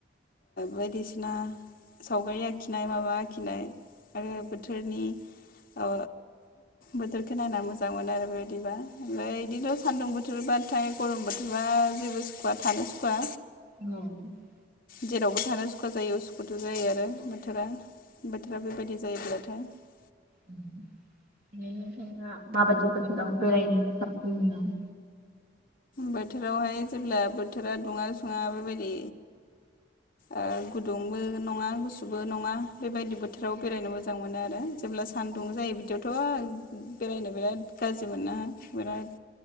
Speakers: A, on the left; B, on the right.
A: बायदिसिना सावगारि आखिनाय माबा आखिनाय आरो बोथोरनि ओ बोथोरखौ नायना मोजां मोन आरो बेबायदिबा ओमफ्राय बिदिनो' सान्दुं बोथोरबाथाय गरम बोथोरबा जेबो सुखुवा थानो सुखुवा
B: ओमफ्राय
A: जेरावबो थानो सुखा जायो उसुखुथु जायो आरो बोथोरा बोथोरा बेबायदि जायोब्लाथ' द <inaudible>
B: उम ना माबादि फोराव बेरायनोङ साबसिन नङ
A: बोथोरावहाय जेब्ला बोथोरा दुङा सङा बेबायदि ओ गुदुंबो नङा गुसुबो नङा बेबायदि बोथोराव बेरायनो मोजां मोनो आरो जेब्ला सानदुं जायो बिदियावथ' बेरायनो बिराद गाज्रि मोना बिराद